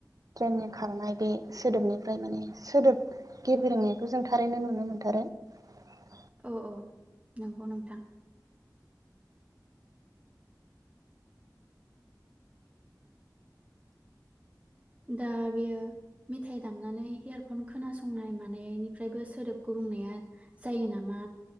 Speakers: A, on the right (about 55°); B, on the right (about 15°).
A: ट्रेननि खारनाय बे सोदोबनिफ्राय माने सोदोब गेब्रेंनायखौ जों थारैनो नुनो <unintelligible> <unintelligible>
B: औ, औ। नंगौ नोंथां। दा बेयो मेथाइ दामनानै हेयारफन खोनासंनाय मानायनिफ्रायबो सोदोब गुबुंनाया जायो नामा?